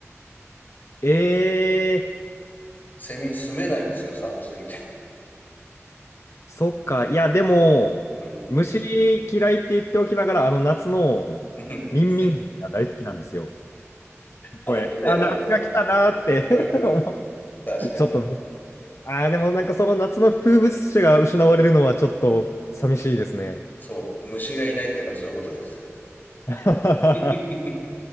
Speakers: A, on the left; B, on the left.
A: え
B: セミ住めないんですよ、寒すぎて。
A: ー、そっか。いや、でも、
B: うん。うん。
A: 虫嫌いって言っておきながら、あの夏のミンミンが大好きなんですよ。
B: <laughs> せあの、
A: これ、
B: 風情はありますね。
A: あ、夏が来たなーって
B: うん。うんうん。
A: <laughs> 思
B: 確かに。
A: うちょっと、あー、でもなんかその夏の風物詩が失われるのはちょっと寂しいですね。
B: そう。虫がいないっていうのはそういうことです。
A: い
B: <laughs>